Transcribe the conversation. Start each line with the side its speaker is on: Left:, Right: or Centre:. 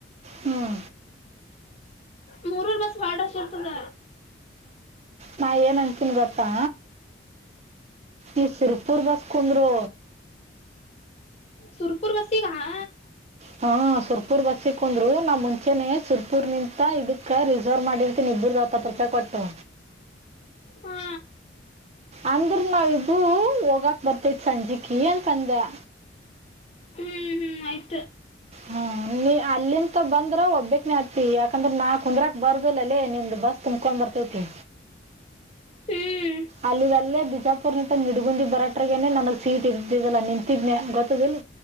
Right: ಹುಂ
Left: ಮೂರೂರ್ ಬಸ ಬಾಡ ರಷ್ ಇರ್ತದ
Right: ನಾ ಏನ್ ಅನ್ತೀನಿ ಗೊತ್ತಾ ಈ ಸುರಪುರ್ ಬಸ್ ಕುಂದ್ರು.
Left: ಸುರಪುರ ಬಸ್ಸಿಗ ಹಾ
Right: ಹಾ ಸುರಪೂರ್ ಬಸ್ಸ ಕುಂದ್ರು ನಾನ ಮುಂಚೆನೆ ಸುರ್ಪುರ್ ನಿಂತ ಇದಕ್ಕ ರಿಸರ್ವ್ ಮಾಡಿರ್ತನ ಇಬ್ಬರದು ಹತ್ತ ರೂಪಾಯಿ ಕೊಟ್ಟು
Left: ಹಾ
Right: ಅಂದ್ರು ನಾವ ಇಬ್ಬರು ಹೋಗಾಕ್ ಬರ್ತೇತ್ ಸಂಜಿಕಿ ಅಂತಂದ್ಯಾ
Left: ಹುಂ ಹುಂ ಆಯ್ತು
Right: ಹ್ ನೀ ಅಲ್ಲಿಂತ ಬಂದ್ರ ಒಬ್ಬಿಕ್ನೆ ಆಗತಿ ಯಾಕಂದ್ರ ನಾ ಕುಂದ್ರ ಬರ್ದಲ್ಲಲ್ಲೇ ನಿಮ್ಮ್ದು ಬಸ್ ತುಂಬ್ಕೊಂಡು ಬರ್ತೈತಿ
Left: ಹುಂ
Right: ಅಲ್ಲಿ ಅಲ್ಲೇ ಬಿಜಾಪುರ ನಿಂದರತ ನಿಡಗುಂದಿ ಬರಟ್ರಗೇನೆ ನನಗ್ ಸೀಟ್ ಇರ್ಧಲಿಲ್ಲಾ ನಿಂತಿದನಿ ಗೊತ್ತದಿಲ್ಲ